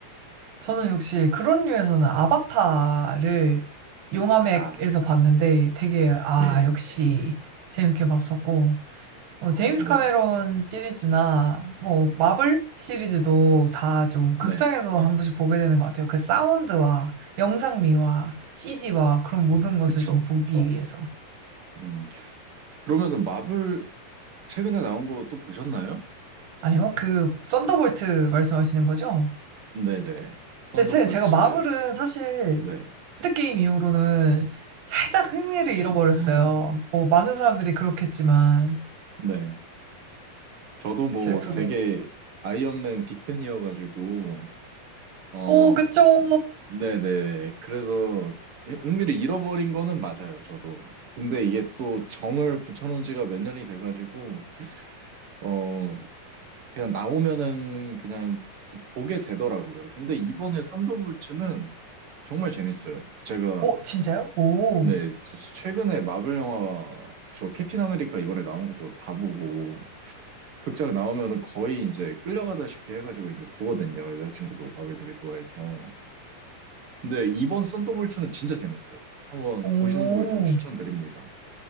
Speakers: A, on the right (about 80°); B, on the right (about 60°).
A: 저는 역시 그런 류에서는 아바타를 용암액에서
B: 아,
A: 봤는데 되게, 아,
B: 예,
A: 역시 재밌게 봤었고, 뭐,
B: 아,
A: 제임스
B: 네,
A: 카메론 시리즈나 뭐, 마블 시리즈도 다 좀 극장에서
B: 네,
A: 한 번씩 보게 되는 것 같아요. 그 사운드와 영상미와 CG와 그런 모든 것을
B: 그쵸.
A: 좀 보기 위해서.
B: 음, 그러면은 마블 최근에 나온 거 또 보셨나요?
A: 아니요, 그 썬더볼트 말씀하시는 거죠?
B: 네네, 썬더볼츠,
A: 근데 제, 제가 마블은 사실
B: 네.
A: 핸드게임 이후로는 살짝 흥미를 잃어버렸어요.
B: <laughs>
A: 뭐, 많은 사람들이 그렇겠지만,
B: 네, 저도 뭐
A: 슬프게.
B: 되게 아이언맨 빅팬이어가지고, 어,
A: 오, 그쵸.
B: 네네. 그래서 흥미를 잃어버린 거는 맞아요, 저도. 근데 이게 또 정을 붙여놓은 지가 몇 년이 돼가지고, 어, 그냥 나오면은 그냥 보게 되더라고요. 근데 이번에 썬더볼츠는 정말 재밌어요. 제가,
A: 오, 진짜요? 오,
B: 네, 제- 최근에 마블 영화, 저 캡틴 아메리카 이번에 나온 것도 다 보고, 극장 나오면은 거의 이제 끌려가다시피 해가지고 이제 보거든요. 여자친구도 마블 되게 좋아해서. 근데 이번 썬더볼츠는 진짜 재밌어요. 한번
A: 오.
B: 보시는 걸 좀 추천드립니다.